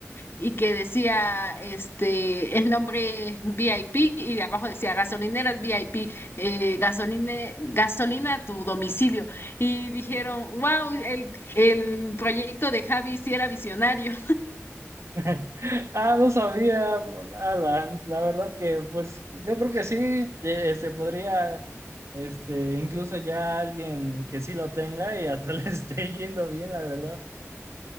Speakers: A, on the left; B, on the right.
A: y que decía, este, el nombre VIP y abajo decía gasolineras VIP, eh, gasoline- gasolina a tu domicilio. Y dijeron, wow, el, el proyecto de Javi sí era visionario.
B: <laughs> Ah, no sabía, Alan. La verdad que, pues, yo creo que sí, eh, este, podría, este, incluso ya alguien que sí lo tenga y hasta <laughs> le esté yendo bien, la verdad.